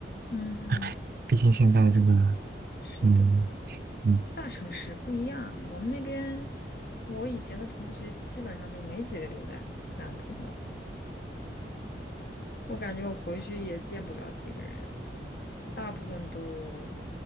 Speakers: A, on the left; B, on the right.
A: 嗯，
B: 唉，毕竟现在这个，
A: 是的，
B: 嗯嗯，
A: 大城市不一样啊。我们那边，我以前的同学基本上就没几个留在南通的，我感觉我回去也见不了几个人，大部分都